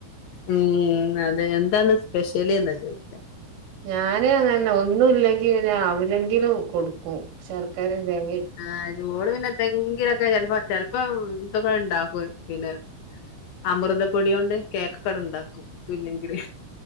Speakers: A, on the left (about 65°); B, on the right (about 75°).
A: ഉം അതെ എന്താണ് സ്പെഷ്യല് എന്നാ ചോദിക്ക
B: ഞാന് അങ്ങനെന്നെ ഒന്നുംല്ലെങ്കി ഞ അവിലെങ്കിലും കൊടുക്കും ശർക്കാരെം തേങ്ങേം
A: ആഹ് ചൂട് പിന്നെന്തങ്കിലൊക്കെ ചെലപ്പോ ചെലപ്പോ ഇതൊക്കെ ഇണ്ടാക്കും പിന്നെ അമൃതപ്പൊടിയോണ്ട് കേക്കൊക്കെ ഇണ്ടാക്കും ട്ടുല്ലെങ്കില്